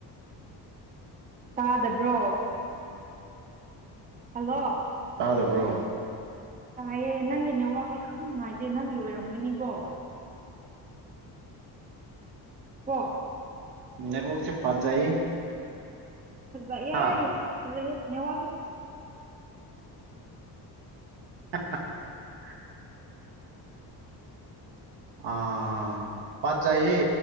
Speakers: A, on the right; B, on the right.
A: ꯇꯥꯗꯕ꯭ꯔꯣ ꯍꯜꯂꯣ
B: ꯇꯥꯗꯕ꯭ꯔꯣ
A: ꯇꯥꯏꯌꯦ ꯅꯪꯒꯤ ꯅꯦꯠꯋꯥꯛꯁꯦ ꯌꯥꯝ ꯅꯨꯡꯉꯥꯏꯇꯦ ꯅꯪꯒꯤ ꯑꯣꯏꯔꯝꯒꯅꯤꯀꯣ ꯀꯣ
B: ꯅꯦꯠꯋꯥꯛꯁꯦ ꯐꯖꯩ
A: ꯐꯖꯩꯌꯦ
B: ꯍꯥ
A: ꯐꯖꯩꯌꯦ ꯅꯦꯠꯋꯥꯛ
B: <unintelligible> ꯑ ꯐꯖꯩꯌꯦ